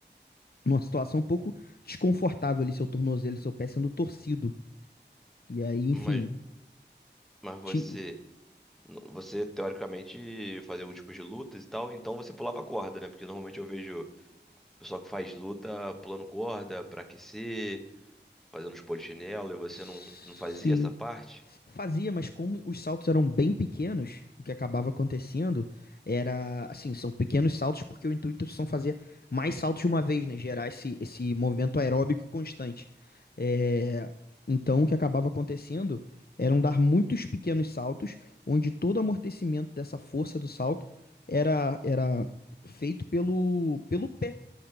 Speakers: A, on the left; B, in the centre.
A: numa situação um pouco desconfortável ali, seu tornozelo, seu pé sendo torcido. E aí, enfim.
B: Mas, mas você,
A: ti-
B: você teoricamente fazia algum tipo de lutas e tal, então você pulava corda, né? Porque normalmente eu vejo pessoal que faz luta pulando corda pra aquecer, fazendo os polichinelo, e você
A: Sim.
B: não, não fazia essa parte?
A: Fazia, mas como os saltos eram bem pequenos, o que acabava acontecendo era, assim, são pequenos saltos porque o intuito são fazer mais saltos de uma vez, né? Gerar esse, esse movimento aeróbico constante. É, Então, o que acabava acontecendo eram dar muitos pequenos saltos, onde todo o amortecimento dessa força do salto era, era feito pelo, pelo pé.